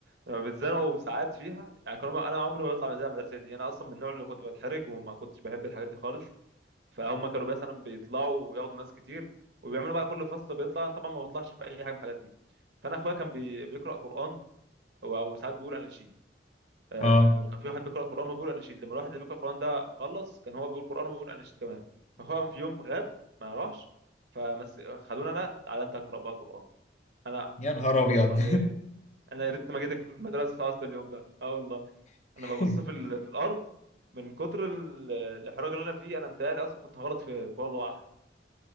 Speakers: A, on the right; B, on the left.
A: لما بيتزنقوا ساعات فيها يعني كنا انا عمري ما بطلع من الإذاعة المدرسية دي انا اصلا من النوع اللي كنت بتحرج وما كنتش بحب الحاجات دي خالص فهم كانوا مثلا بيطلعوا وياخدوا ناس كتير وبيعملوا بقى كل فصل بيطلع انا طبعا ما بطلعش باي حاجه من الحاجات دي فانا اخويا كان بي... بيقرا قران او أو ساعات بيقول اناشيد
B: <laughs>
A: آه
B: اه
A: وكان في واحد بيقرا قران وبيقول اناشيد لما الواحد اللي بيقرا قران ده خلص كان هو بيقول قران ويقول اناشيد كمان فاخويا في يوم غاب ما راحش فمس خدوني انا تعالى انت اقرا بقى قران انا
B: يا نهار
A: اقرا
B: ابيض
A: قران ايه انا يا ريتني ما جيت المدرسه اصلا اليوم ده اه والله
B: <laughs>
A: انا ببص في ال... في الارض من كتر ال- الاحراج اللي انا فيه انا متهيألي اصلا كنت هغلط في قول الله احد